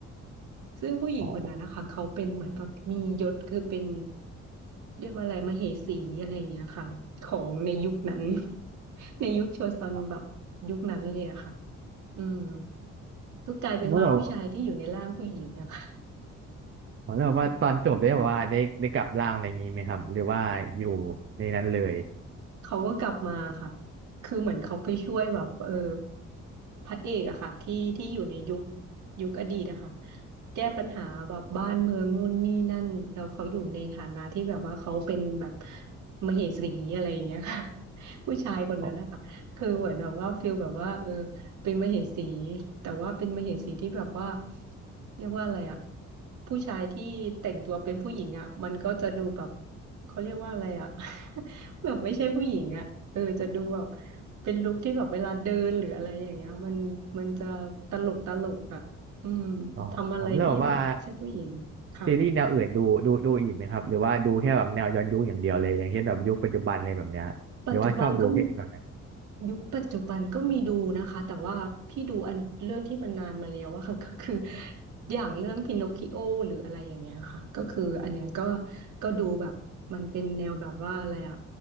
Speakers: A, on the right; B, on the right.
A: ซึ่งผู้หญิงคนนั้นนะคะเขาเป็นเหมือนแบบมียศคือเป็น
B: ำอ๋อ
A: เรียกว่าอะไรมเหสีอะไรอย่างเงี้ยค่ะของในยุคนั้น <laughs> ในยุคโชซอนแบบยุคนั้นเลยอะค่ะ
B: ครับ
A: อืมก็กลายเป็นว่าผู้ชายที่อยู่ในร่างผู้หญิงอะ
B: แล้วแบบ
A: <laughs>
B: แล้วแบบว่าตอนจบได้แบบว่าได้ได้กลับร่างอะไรอย่างงี้ไหมครับหรือว่าอยู่ในนั้นเลย
A: ค่ะเขาก็กลับมาค่ะคือเหมือนเขาไปช่วยแบบเออพระเอกอะค่ะที่ที่อยู่ในยุคยุคอดีตอะค่ะแก้ปัญหาแบบบ้านเมืองนู่นนี่นั่นแล้วเขาอยู่ในฐานะที่แบบว่าเขาเป็นแบบมเหสีอะไรอย่างเงี้ยค่ะ <laughs> ผู้ชายคนนั้นนะคะคือเหมือนแบบว่าฟิลแบบว่าเออ
B: อ๋อ
A: เป็นมเหสีแต่ว่าเป็นมเหสีที่แบบว่าเรียกว่าอะไรอะผู้ชายที่แต่งตัวเป็นผู้หญิงอะมันก็จะดูแบบเขาเรียกว่าอะไรอะ <laughs> แบบไม่ใช่ผู้หญิงอะเออจะดูแบบเป็นลุคที่แบบเวลาเดินหรืออะไรอย่างเงี้ยมันมันจะตลกตลกอะอืมทำอะไรที่แบบไม่ใช่ผู้หญิงค่ะ
B: อ๋อครับแล้วแบบว่าซีรีส์แนวอื่นดูดูดูอีกไหมครับหรือว่าดูแค่แบบแนวย้อนยุคอย่างเดียวเลยอย่างเช่นแบบยุคปัจจุบันอะไรแบบเนี้ยหรือว่าชอบดูแค่แบบ
A: ปัจจุบันก็ยุคปัจจุบันก็มีดูนะคะแต่ว่าพี่ดูอันเรื่องที่มันนานมาแล้วอะค่ะ <laughs> ก็คืออย่างเรื่องพินอคคิโอหรืออะไรอย่างเงี้ยค่ะก็คืออันเนี้ยก็ก็ดูแบบมันเป็นแนวแบบว่าอะไรอะ